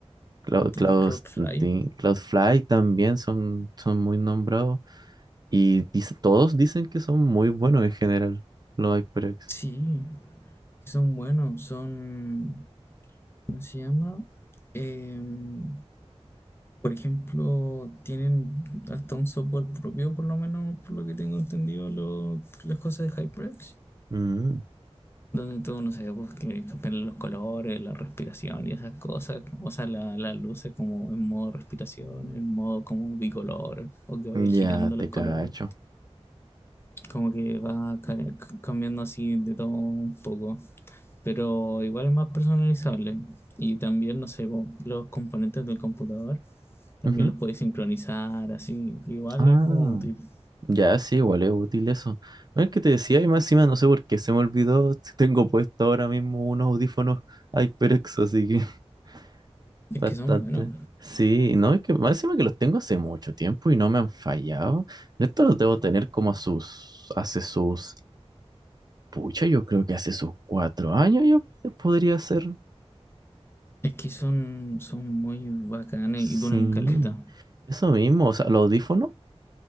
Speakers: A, on the right; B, on the left.
A: Cloud, Cloud,
B: Los Cloudfly,
A: Sting- Cloud Fly también son, son muy nombrados y dic- todos dicen que son muy buenos en general, los HyperX.
B: sí, son buenos, son, ¿cómo se llama? Em, Por ejemplo, tienen hasta un software propio, por lo menos por lo que tengo entendido, lo- las cosas de HyperX,
A: Mm,
B: donde tú, no sé, pues, quieres cambiarle los colores, la respiración y esas cosas, o sea, la- las luces como en modo respiración, en modo como bicolor, o que vaya girando
A: ya te
B: los colores
A: cacho.
B: como que va ca- cambiando así de todo un poco, pero igual es más personalizable. Y también, no sé, po, los componentes del computador también
A: Ujú.
B: los podéis sincronizar así, igual
A: Ah.
B: es como útil.
A: Ya, sí, igual es útil eso. No es que te decía, y más encima no sé por qué se me olvidó. <laughs> si Tengo puesto ahora mismo unos audífonos HyperX, así que <laughs>
B: Es
A: bastante.
B: que son buenos,
A: Sí, no, es que más encima que los tengo hace mucho tiempo y no me han fallado. Estos los debo tener como a sus, hace sus, pucha, yo creo que hace sus cuatro años yo podría ser.
B: es que son, son muy bacanes
A: Sí,
B: y duran caleta.
A: eso mismo, o sea, los audífonos,